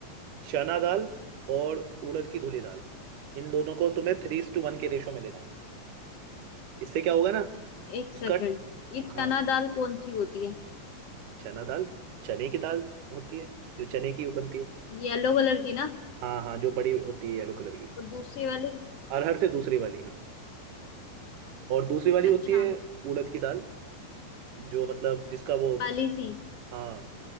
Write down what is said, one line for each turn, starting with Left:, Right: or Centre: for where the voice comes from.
Right: चना दाल और उड़द की धुली दाल इन दोनों को तुम्हें थ्री टू वन के रेशो में लेना इससे क्या होगा ना
Left: एक
Right: उसका
Left: सेकंड ये
Right: हाँ
Left: चना दाल कौन सी होती है
Right: चना दाल चने की दाल होती है जो चने की बनती है
Left: येलो कलर की ना
Right: हाँ हाँ जो बड़ी होती है येलो कलर की
Left: और दूसरी वाली
Right: अरहर से दूसरी वाली हाँ और दूसरी वाली होती
Left: अच्छा
Right: है उड़द की दाल जो मतलब जिसका वो
Left: काली सी
Right: हाँ